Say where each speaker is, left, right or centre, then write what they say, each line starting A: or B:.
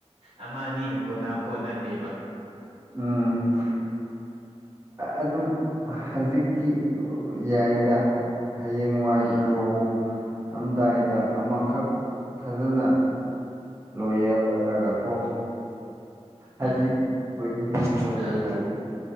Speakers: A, on the right (about 65°); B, on the right (about 25°).
A: ꯑꯃ ꯑꯅꯤꯅ ꯀꯣꯟꯅ ꯄꯣꯠ ꯅꯠꯇꯦꯕ
B: ꯎꯝ ꯑꯗꯨꯝ ꯍꯧꯖꯤꯛꯇꯤ ꯌꯥꯏꯗ ꯍꯌꯦꯡꯋꯥꯏ
A: ꯎꯝ
B: ꯂꯨꯍꯣꯡꯉꯝꯗꯥꯏꯗ ꯑꯃꯈꯛ ꯐꯖꯅ ꯂꯣꯏꯌꯦꯒꯄꯣ ꯍꯧꯖꯤꯛ
A: ꯎꯝ
B: ꯑꯣꯏꯣꯏꯅꯤꯡꯕ ꯀꯣꯏꯔꯣꯏ
A: ꯑꯥ
B: ꯌꯥꯏ